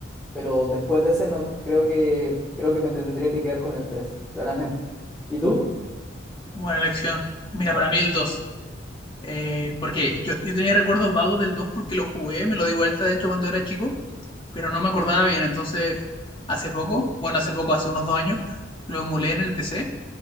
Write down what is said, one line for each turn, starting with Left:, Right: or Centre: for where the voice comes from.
Centre: Pero después de ese no creo que creo que me tendría que quedar con el 3 <laughs> claramente. ¿Y tú?
Left: Buena elección. Mira, para mí el 2. Eh, porque yo, yo tenía recuerdos vagos del 2 porque lo jugué, me lo di vuelta de hecho cuando era chico, pero no me acordaba bien. Entonces, hace poco, bueno, hace poco, hace unos dos años, lo emulé en el PC